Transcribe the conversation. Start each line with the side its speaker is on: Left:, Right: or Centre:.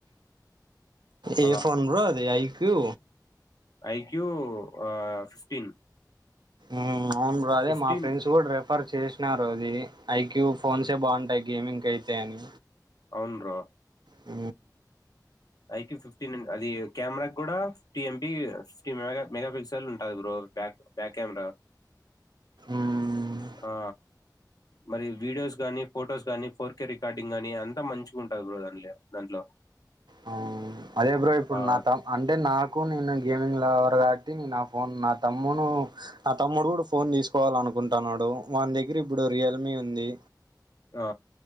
Left: అలా
Right: ఏ ఫోన్ బ్రో అది ఐ క్యూ
Left: ఐ క్యూ ఆ ఫిఫ్టీన్
Right: ఊ అవును బ్రో అదే
Left: ఫిఫ్టీన్
Right: మా ఫ్రెండ్స్ కూడా రిఫర్ చేసినారు అది ఐ క్యూ ఫోన్స్ ఏ బాగుంటాయి గేమింగ్ కైతే అని
Left: అవును బ్రో
Right: ఊ
Left: ఐ క్యూ ఫిఫ్టీన్ అది కెమెరా కూడా ఫిఫ్టీ ఎంబి ఫిఫ్టీ మె మెగా పిక్సల్ ఉంటాది బ్రో బ్యాక్ బ్యాక్ కెమెరా
Right: ఉమ్
Left: ఆ మరి వీడియోస్ గానీ ఫొటోస్ గానీ ఫోర్కె రికార్డింగ్ గానీ అంతా మంచి ఉంటది బ్రో అండ్ల దాంట్లో
Right: అవును అదే బ్రో ఇప్పుడు
Left: ఆ
Right: నా త అంటే నాకు నేను గేమింగ్ లా కాబట్టి నా ఫోన్ నా తమ్మును నా తమ్ముడు కూడా ఫోన్ తీసుకోవాల అనుకుంటన్నాడు వాన దగ్గర ఇప్పుడు రియల్మీ ఉంది
Left: ఆ